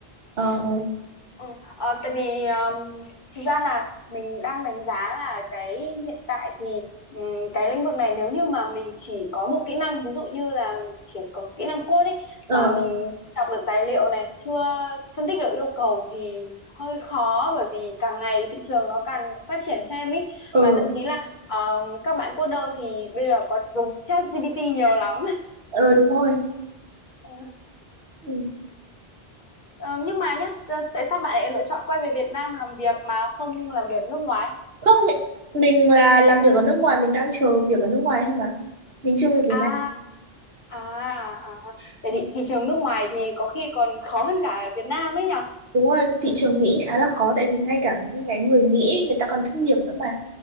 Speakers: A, on the right; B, on the left.
A: ờ ờ
B: ừ, ờ, tại vì ờm, thực ra là mình đang đánh giá là cái hiện tại thì ừm, cái lĩnh vực này nếu như mà mình chỉ có một kỹ năng ví dụ như là mình chỉ có kỹ năng code ấy
A: ờ
B: mà mình chưa đọc được tài liệu này chưa phân tích được yêu cầu thì hơi khó bởi vì càng ngày thị trường nó càng phát triển thêm ấy
A: ờ
B: mà thậm chí là ờ, các bạn coder thì bây giờ có dùng ChatGPT nhiều lắm
A: ờ, đúng rồi
B: Ờ,
A: ừ.
B: ờ, nhưng mà nhá, t- tại sao bạn lại lựa chọn quay về Việt Nam làm việc mà không làm việc nước ngoài?
A: không mi- mình là làm việc ở nước ngoài mình đang chờ việc ở nước ngoài thôi mà mình chưa về Việt
B: À,
A: Nam
B: à, à. Vậy
A: Ờ,
B: thì thị trường nước ngoài thì có khi còn khó hơn cả Việt Nam ấy nhở?
A: đúng rồi thị trường Mỹ khá là khó tại vì ngay cả những cái người Mỹ người ta còn thất nghiệp nữa mà